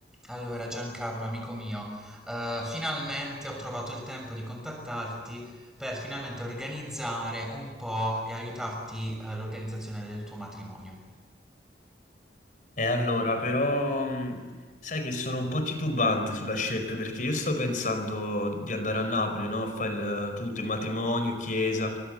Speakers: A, in the centre; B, on the left (about 45°).
A: Allora, Giancarlo, amico mio, eh, finalmente ho trovato il tempo di contattarti per finalmente organizzare un po' e aiutarti eh, all'organizzazione del tuo matrimonio.
B: E allora, però, mh, sai che sono un po' titubante sulla scelta perché io sto pensando di andare a Napoli, no? A fare il- tutto, il matrimonio, chiesa,